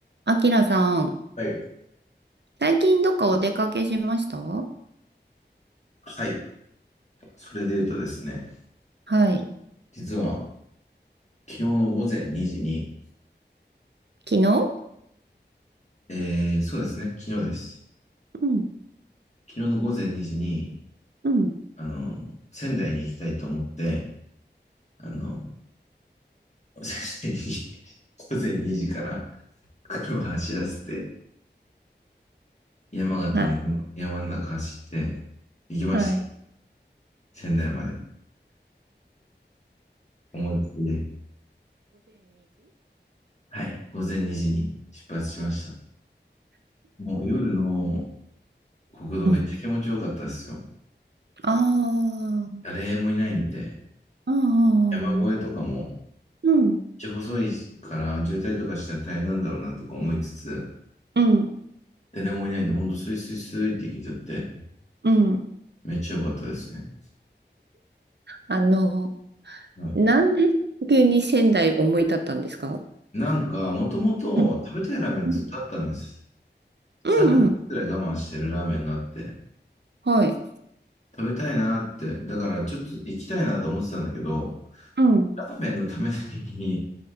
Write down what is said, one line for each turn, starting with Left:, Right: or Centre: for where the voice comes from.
Right: あきらさん、
Left: はい。
Right: 最近どっかお出かけしましたは
Left: はい。それで言うとですね、
Right: い。
Left: 実は昨日の午前2時に、
Right: 昨日
Left: えー、そうですね、昨日です。
Right: うん。
Left: 昨日の午前2時に、
Right: うん。
Left: あの、仙台に行きたいと思って、あの、<laughs> 仙台に午前2時から車走らせて、山形の山、
Right: はい、
Left: 山の中走って行きました。
Right: はい。
Left: 仙台まで。思いっきりで。はい。午前2時に出発しました。もう夜の国道めっちゃ気持ちよかったですよ。
Right: うん。あ
Left: 誰もいないんで、
Right: あ、うんうん
Left: 山越えとかも
Right: うん。
Left: ちゃ細いから渋滞とかしたら大変なんだろうなとか思いつつ、
Right: うん。うん。
Left: 誰もいないんで、ほんとスイスイスイっていけちゃって、
Right: うん
Left: めっちゃ良かったですね。
Right: あの、
Left: はい、
Right: なんで急に仙台思い立ったんですか
Left: なんか、もともと食べたいラーメンずっとあったんです。
Right: うんうんうんうん。
Left: 3ヶ月くらい我慢してるラーメンがあって、
Right: はい。
Left: 食べたいなって、だからちょっと行きたいなと思ってたんだけど、
Right: うん。
Left: ラーメンのためだけに